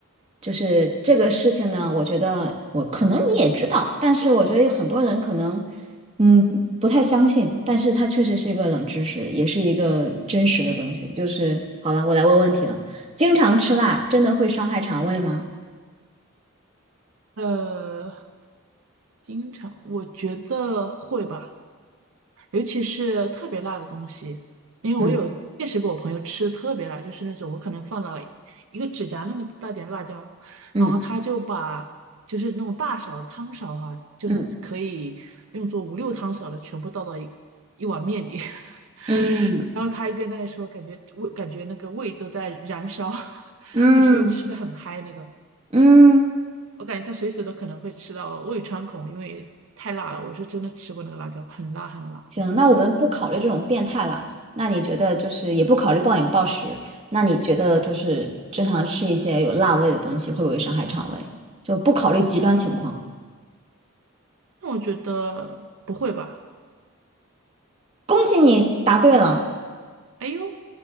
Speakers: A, on the right; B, on the right.
A: 就是这个事情呢，我觉得我可能你也知道，但是我觉得有很多人可能嗯不太相信，但是它确实是一个冷知识，也是一个真实的东西。就是好了，我来问问题了，经常吃辣真的会伤害肠胃吗？
B: 呃，经常，我觉得会吧，尤其是特别辣的东西，因为我有见识过我朋友吃特别辣，
A: 嗯
B: 就是那种我可能放了一个指甲那么大点的辣椒，
A: 嗯
B: 然后他就把就是那种大勺的汤勺哈、就是可以用作五六汤勺的全部倒到一一碗面里，
A: 嗯
B: <laughs>
A: 嗯
B: 然后他一边在那说，感觉味感觉那个胃都在燃烧，<laughs>
A: 嗯
B: 但是又吃的很嗨那种。
A: 嗯。
B: 我感觉他随时都可能会吃到胃穿孔，因为太辣了。我是真的吃过那个辣椒，很辣很辣。
A: 行，那我们不考虑这种变态啦。那你觉得就是也不考虑暴饮暴食，那你觉得就是正常吃一些有辣味的东西会不会伤害肠胃？就不考虑极端情况。
B: 那我觉得不会吧？
A: 恭喜你答对了。
B: 哎呦，